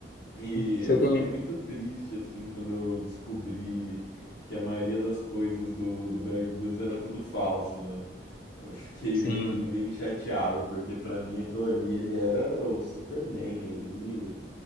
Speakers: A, on the left; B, on the left.
A: E
B: Você
A: eu
B: tem,
A: fiquei muito triste, assim, quando eu descobri que a maioria das coisas do, do Bear Grylls era tudo falso, né? Eu fiquei
B: sim,
A: bem, bem chateado, porque pra mim aquilo ali, ele era o Superman, ele